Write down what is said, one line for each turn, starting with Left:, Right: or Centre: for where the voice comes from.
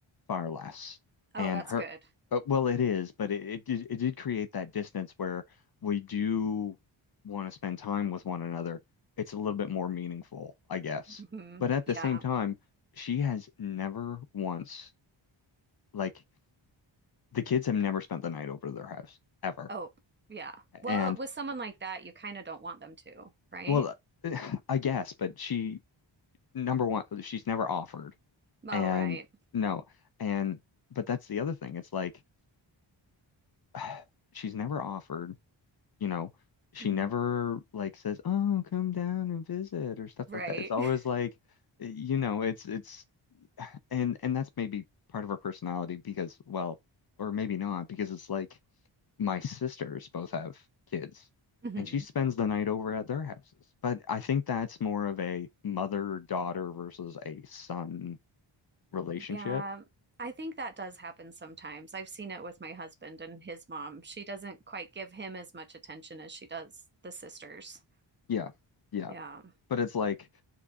Left: far less,
Right: Oh,
Left: and
Right: that's
Left: her,
Right: good.
Left: uh, well, it is, but it, it did it did create that distance where we do want to spend time with one another. It's a little bit more meaningful, I guess.
Right: hmm
Left: But at
Right: Yeah.
Left: the same time, she has never once like the kids have never spent the night over to their house ever,
Right: Oh, yeah. Well,
Left: and
Right: with someone like that, you kind of don't want them to, right?
Left: well, <sighs> I guess, but she number one, she's never offered.
Right: Oh,
Left: And
Right: right.
Left: no, and but that's the other thing. It's like <sighs> she's never offered, you know, she
Right: hmm
Left: never like says, "Oh, come down and visit" or stuff
Right: Right.
Left: like that. It's always
Right: <laughs>
Left: like, eh, you know, it's it's and and that's maybe part of her personality because, well, or maybe not because it's like my sisters both have kids
Right: Mhm.
Left: and she spends the night over at their houses. But I think that's more of a mother-daughter versus a son relationship.
Right: Yeah, I think that does happen sometimes. I've seen it with my husband and his mom. She doesn't quite give him as much attention as she does the sisters.
Left: Yeah. Yeah.
Right: Yeah.
Left: But it's like